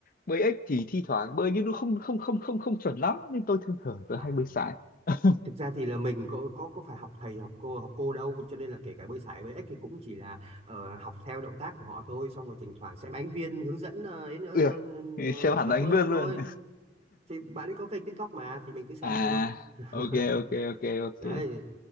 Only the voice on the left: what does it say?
bơi ếch thì thi thoảng bơi nhưng nó không không không không không chuẩn lắm nên tôi thường thường tôi
hay bơi sải <laughs>
ừ,
xem hẳn
đánh
bơi
luôn
<laughs>
à
ok ok ok ok